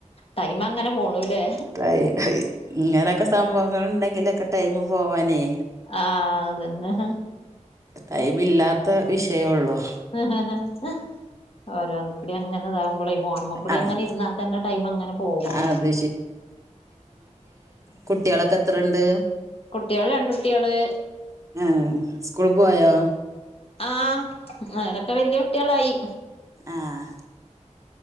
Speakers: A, on the left; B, on the right.
A: ടൈം അങ്ങനെ പോണൂല്ലേ?
B: ഹായ് ഹായ് ഇങ്ങനൊക്കെ സംഭവങ്ങളുണ്ടെങ്കിലൊക്കെ ടൈമു പോവാനേ
A: ആഹ് അതന്നെ.
B: ടൈമില്ലാത്ത വിഷയൊള്ളു.
A: ഹ്ഹ ഹ്ഹ ഹഹ. എല്ലാംകൂടി അങ്ങാനാതാകും പോളെ. ഫോണുമ്മേ കൂടി
B: അത്
A: അങ്ങനെ ഇരുന്നാ തന്നെ ടൈം അങ്ങനെ പോകും
B: അത് കുട്ട്യാളൊക്കെ എത്രയുണ്ട്?
A: കുട്ട്യാള് രണ്ടുട്ട്യോള്...
B: ആഹ് സ്കൂളി പോയോ?
A: ആഹ് അവരൊക്കെ വല്യ കുട്ട്യാളായി
B: ആഹ്